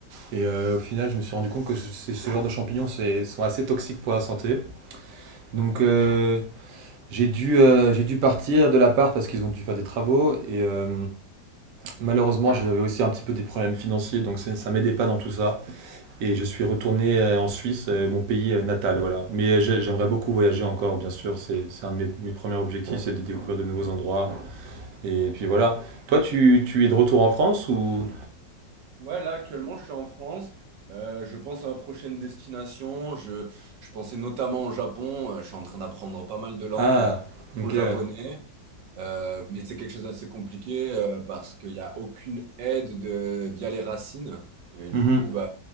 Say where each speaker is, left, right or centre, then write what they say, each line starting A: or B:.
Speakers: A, on the right (about 65°); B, on the right (about 80°).
A: Et euh, au final, je me suis rendu compte que ce, ce genre de champignons c'est- sont assez toxiques pour la santé. Donc
B: Ouais.
A: euh,
B: J-
A: j'ai dû, euh, j'ai dû partir de l'appart parce qu'ils ont dû faire des travaux. Et euh, malheureusement, j'avais aussi un petit peu des problèmes financiers, donc c'est- ça m'aidait pas dans tout ça. Et je suis retourné euh, en Suisse, euh, mon pays euh, natal, voilà. Mais euh, j'ai- j'aimerais beaucoup voyager encore, bien sûr. C'est c'est un de mes, mes premiers objectifs, c'est de découvrir de nouveaux endroits. Et puis voilà. Toi, tu, tu es de retour en France ou...
B: ouais, là, actuellement, je suis en France. Euh, je pense à ma prochaine destination. Je, je pensais notamment au Japon. Euh, je suis en train d'apprendre pas mal de langues,
A: Ah, ok.
B: dont le
A: ouais.
B: japonais. Euh, mais c'est quelque chose d'assez compliqué euh, parce qu'il n'y a aucune aide de, via les racines. Et du
A: Mhm.
B: coup, bah,